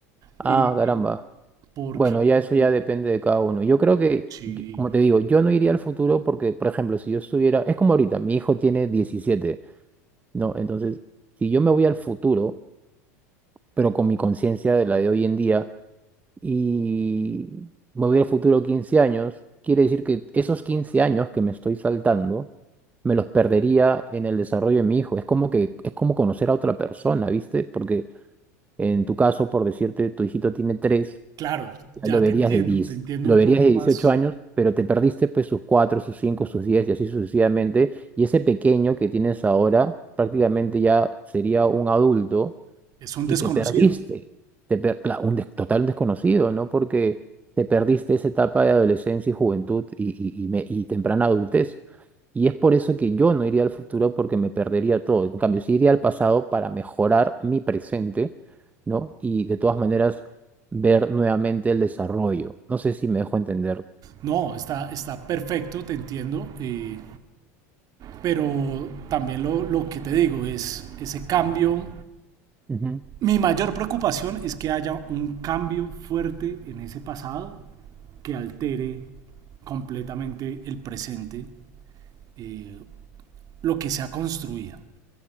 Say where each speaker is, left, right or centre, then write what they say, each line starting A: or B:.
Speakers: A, on the right; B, on the right.
A: Ah,
B: eh,
A: caramba.
B: porque,
A: Bueno, ya eso ya
B: eh,
A: depende de cada uno. Yo creo que,
B: sí,
A: yo- como te digo, yo no iría al futuro porque, por ejemplo, si yo estuviera, es como ahorita, mi hijo tiene 17, ¿no? Entonces, si yo me voy al futuro, pero con mi conciencia de la de hoy en día, y me voy al futuro 15 años, quiere decir que esos 15 años que me estoy saltando, me los perdería en el desarrollo de mi hijo. Es como que, es como conocer a otra persona, ¿viste? Porque en tu caso, por decirte, tu hijito tiene 3
B: claro,
A: ya
B: ya
A: lo verías
B: te entiendo,
A: de 10
B: te entiendo
A: lo
B: un
A: verías
B: poco
A: de
B: más.
A: 18 años, pero te perdiste pues sus 4 sus 5 sus 10 y así sucesivamente. Y ese pequeño que tienes ahora prácticamente ya sería un adulto
B: Es un
A: y
B: desconocido.
A: te perdiste, te per- cla- un des- total desconocido, ¿no? Porque te perdiste esa etapa de adolescencia y juventud y, y- y me- y temprana adultez. Y es por eso que yo no iría al futuro porque me perdería todo. En cambio, sí iría al pasado para mejorar mi presente, ¿no? Y de todas maneras ver nuevamente el desarrollo. No sé si me dejo entender.
B: No, está, está perfecto, te entiendo. eh, pero también lo, lo que te digo es ese cambio.
A: Ujú,
B: Mi mayor preocupación es que haya un cambio fuerte en ese pasado que altere completamente el presente, eh, lo que se ha construido.